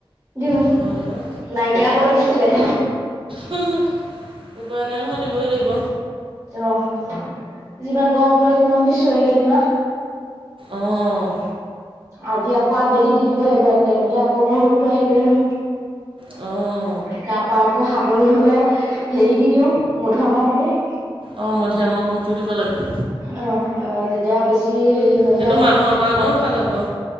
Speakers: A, on the right; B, on the right.
A: দিওঁ,
B: হয় অঁ
A: নাইকিয়া কৰি দিছোগে',
B: হম', -হম', উপায় নাই নহয় নিবই লাগিব',
A: অহ', যিমান গৰম পৰিল সিমান দিছোঁ এইকেইদিনত',
B: অহ',
A: আজি আকৌ আবেলি দি দিব লাগিব, এক টাইমতে, এতিয়া আকৌ অকণ ৰ'দটো আহিলে ন',
B: অহ',
A: তাৰপা আকৌ হাগনি হ'লে, হেৰি দি দিওঁ, মধুআমখো',
B: অ', মধুৰীআমৰক কটো দিব লাগে',
A: আহ', - আ', যেতিয়া বেছি হেৰি হৈ
B: সেইটো
A: যায়
B: মানুহৰ কাৰণেও
A: গ',
B: ভাল আকৌ